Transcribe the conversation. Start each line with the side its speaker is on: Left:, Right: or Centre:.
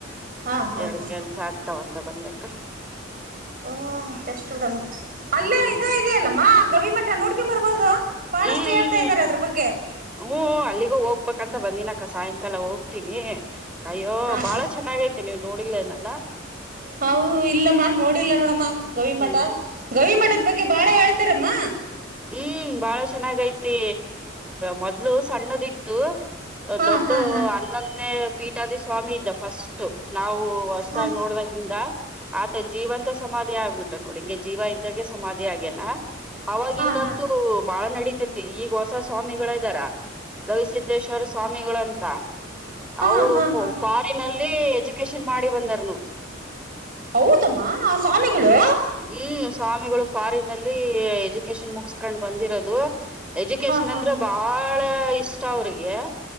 Right: ಹಾ ಹಾ
Centre: ಎರಡು
Right: ಹಾ
Centre: ಕೆಲ್ಸ ಆಗ್ತಾವಂತ ಬಂದಕ್ಕ
Right: ಓ ಬೆಷ್ಟಡಮ್ಮ ಅಲ್ಲೇ
Centre: ಹ್ಮ್
Right: ಇದ ಇದೆಯಲ್ಲಮ್ಮ ಗವಿ ಮಠ ನೋಡ್ಕ ಬರ್ಬೋದು ಬಹಳಷ್ಟು
Centre: ಹ್ಮ್
Right: ಹೇಳ್ತಾ ಇದಾರೆ ಅದ್ರ ಬಗ್ಗೆ
Centre: ಹ್ಮ್ ಅಲ್ಲಿಗೂ ಹೋಗ್ಬೇಕಂತ ಬಂದಿನಕ ಸಾಯಂಕಾಲ ಹೋಗ್ತೀನಿ ಅಯ್ಯೋ
Right: ಹಾ
Centre: ಬಾಳ
Right: ಹಾ
Centre: ಚೆನ್ನಾಗೈತಿ ನೀವ್ ನೋಡಿಲನಲ್ಲ
Right: ಹ ಇಲ್ಲಮ್ಮ ನೋಡಿಲ್ಲ ನೋಡಮ್ಮ ಗವಿ
Centre: ಹ್ಮ್
Right: ಮಠ ಗವಿ ಮಠ ಇದ ಬಗ್ಗೆ ಬಾಳ ಹೇಳ್ತಾರಮ್ಮ
Centre: ಹ್ಮ್ ಬಾಳ ಚೆನ್ನಾಗೈತಿ ಮೊದ್ಲು ಸಣ್ಣದಿತ್ತು
Right: ಹಾ
Centre: ದೊಡ್ಡ
Right: ಹಾ ಹಾ
Centre: ಅನ್ನೊನೇ ಪೀಠಾದಿ ಸ್ವಾಮಿ ಇದ್ದ ಫಸ್ಟ್ ನಾವು ಹೊಸತಾಗಿ
Right: ಹಾ
Centre: ನೋಡ್ಬೇಕ ಂದ ಆತ್ ಜೀವ ಅಂತ ಸಮಾಧಿ ಆಗ್ಬಿಟ್ಟ ನೋಡಿ ಹಿಂಗೆ ಜೀವ ಇದ್ದಾಗೆ ಸಮಾಧಿ ಆಗ್ಯನಾ ಅವವಾಗಿ
Right: ಹಾ ಹಾ
Centre: ಂತೂ ಬಾಳ ನಡ ಈಗ ಹೊಸ ಸ್ವಾಮಿಗಳ ಇದ್ದಾರ ಗವಿಸಿದ್ದೇಶ್ವರ ಸ್ವಾಮಿಗಳಂತ
Right: ಹಾ
Centre: ಅವರು
Right: ಹಾ ಹಾ
Centre: ಫಾರಿನಲ್ಲಿ ಎಜುಕೇಶನ್ ಮಾಡಿ ಬಂದಾರ್ ನೋಡಿ
Right: ಹೌದಮ್ಮ ಆ ಸ್ವಾಮಿಗಳು
Centre: ಹ್ಮ್ ಸ್ವಾಮಿಗಳು ಫಾರಿನ್ ಅಲ್ಲಿ ಎಜುಕೇಶನ್ ಮುಗಸ್ಕೊಂಡ್ ಬಂದಿರೋದು ಎಜುಕೇಶನ್
Right: ಹಾ ಹಾ
Centre: ಅಂದ್ರೆ
Right: ಹಾ
Centre: ಬಾಳ ಇಷ್ಟ ಅವ್ರಿಗೆ